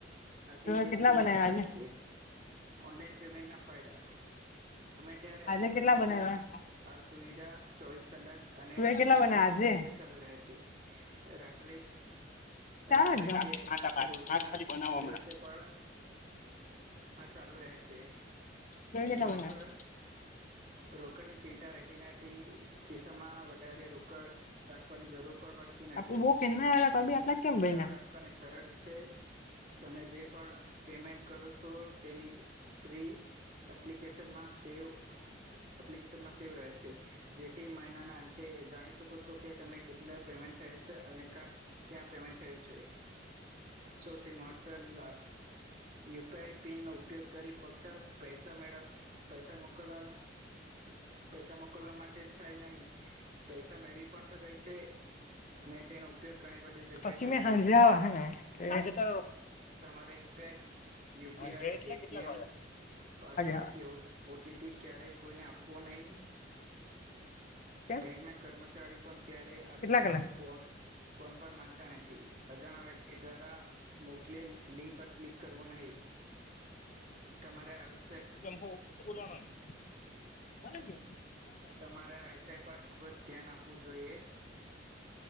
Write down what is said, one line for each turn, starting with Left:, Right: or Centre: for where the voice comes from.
Right: આર ટી
Left: તુંએ
Right: જી
Left: કેટલા
Right: એસ ટી
Left: બનાવ્યા
Right: માટે થાય
Left: આજે
Right: છે, ઓનલાઈન પેમેન્ટ ના ફાયદા. ત્યારે
Left: આજે
Right: અને
Left: કેટલા
Right: ગમે
Left: બનાવ્યા
Right: ત્યાં આ સુવિધા ચોવીસ કલાક અને
Left: તુંએ કેટલા
Right: ત્રણસો
Left: બનાવ્યા
Right: પાસઠ
Left: આજે
Right: દિવસ ચાલુ રહે છે રાત્રે
Left: ચાર
Right: રાત્રે
Left: જ ને આઠ
Right: કે
Left: આ પાંચ
Right: રોજના
Left: આઠ ખાલી બનાવો
Right: દિવસે
Left: હમણાં
Right: પણ હા ચાલુ રહે છે
Left: તુંએ કેટલા
Right: રોકડ
Left: બનાવ્યા
Right: રોકડ ની ચિંતા રહેટી નથી તી ખિસ્સામાં વધારે રોકડ રાખવાની જરૂર પણ પડતી નથી
Left: આપડે બો કેમ ના આયવા તો બી આટલા કેમ
Right: હિસાબ
Left: બયના
Right: રાખવાની સરળ છે તમે જે પણ પેમેન્ટ કરો છો તેની ફ્રી એપ્લિકેશન મા સેવ એપ્લિકેશનમાં સેવ રહે છે જેથી મહિનાના અંતે જાણી શકો છો કે તમે કેટલા પેમેન્ટ થયો છે અને ક્યાં પેમેન્ટ થયું છે સૌથી મહત્વની વાત યુપે આઈ પીન નો ઉપયોગ કરી ફક્ત પૈસા મેળવા પૈસા મુ મોકલવાના પૈસા મોકલવા મા તે થાય નહી પૈસા મેળવી પણ શકાય છે અને તેનો ઉપયોગ ઘણી બધી જગ્યાએ
Left: પછ્ચીમે
Right: થાય
Left: હાંજે
Right: છે
Left: આવા હે ને હાંજે તો
Right: તમારે યુપીઆઈ યુપીઆઈ
Left: હાંજે એટલે
Right: એટીએમ
Left: કે કેટલાક વાગે
Right: પાસવર્ડ
Left: આવા
Right: કે ઓટીપી ક્યારે કોઈને આપવો નહી
Left: કેમ
Right: બેંક ના કર્મચારી પણ ક્યારેય આ
Left: કેટલા
Right: વિગતો
Left: કલાક
Right: ફોન ફોન પર માંગતા નથી અજાણ વ્યક્તિ દ્વારા મોકલે લિંક પર ક્લિક કરવું નહી તમારે આવી
Left: તું એમ ઓફિસ બોલાવાના ને
Right: તમારે આ વિષય પર ખુબ જ ધ્યાન આપવું જોઈએ